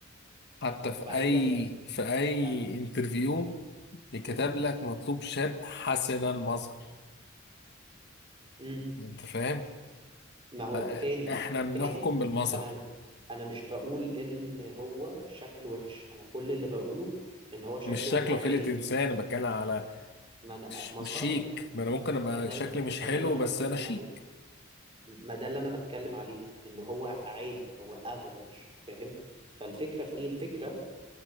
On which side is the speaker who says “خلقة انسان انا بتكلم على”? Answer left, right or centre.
Left